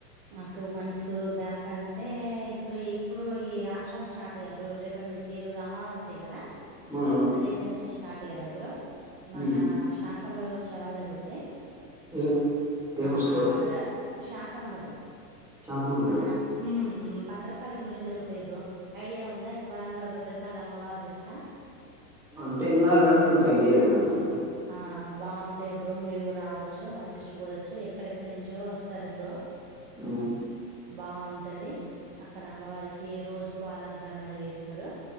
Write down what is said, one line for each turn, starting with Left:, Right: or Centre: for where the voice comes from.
Right: ఆ టూ మంత్స్ బ్యాక్ అంటే ఇప్పుడు ఇప్పుడు ఈ ఆశ్రమ స్టార్ట్ అయ్య రేపటి నుంచి ఈ రోజు అమావాస్య కదా
Centre: ఆ
Right: రేప నుంచి స్టార్ట్ కదా బ్రో మన
Centre: ఉమ్
Right: షాక్ సెప్టెంబర్ ఉత్సవాలు జరుగుతాయి
Centre: ఏ ఏం
Right: ఆ
Centre: వస్తువులండి
Right: భద్ర శాకాంబరి
Centre: శాకంబరి
Right: మన మ్మ్ భద్రకాళి గుళ్ళో జరుగుతాయి బ్రో ఐడియా ఉందా వరంగల్ భద్రకాళి అమ్మవారు తెలుసా
Centre: అంటే విన్నా గాని అంత ఐడియా లేదండి అది
Right: ఆ బాగుంటాయి బ్రో మీరు రావచ్చు వచ్చి చూడొచ్చు ఎక్కడెక్కడి నుంచో వస్తారు బ్రో
Centre: ఉమ్
Right: బాగుంటది అక్కడ అమ్మవారికి రోజుకో అలంకరణ చేస్తరు